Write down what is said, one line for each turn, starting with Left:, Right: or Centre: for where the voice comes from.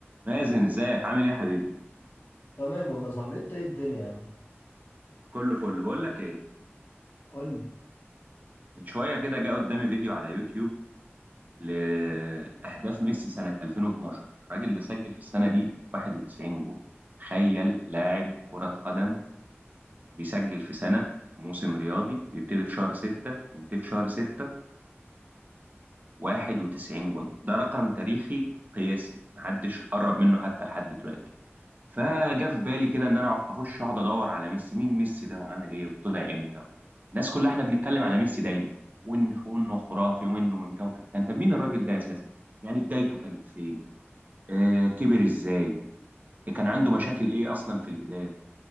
Right: مازن ازيك عامل ايه يا حبيبي
Left: تمام والله يا صاحبي انت ايه الدنيا يا عم
Right: كله فل بقول لك ايه
Left: قول لي
Right: من شويه كده جه قدامي فيديو على يوتيوب لاهداف ميسي سنه 2012 الراجل ده سجل في السنه دي 91 جون تخيل لاعب كره قدم بيسجل في سنه موسم رياضي بيبتدي في شهر 6 ينتهي في شهر 6 91 جون ده رقم تاريخي قياسي محدش قرب منه حتى لحد دلوقتي فجا في بالي كده ان انا اخش اقعد ادور على ميسي مين ميسي ده وعمل ايه وطلع امتى الناس كلها احنا بنتكلم على ميسي دايما وان وانه خرافي وانه من كوكب كان طب مين الراجل ده اساسا يعني بدايته كانت فين آه كبر ازاي كان عنده مشاكل ايه اصلا في البدايه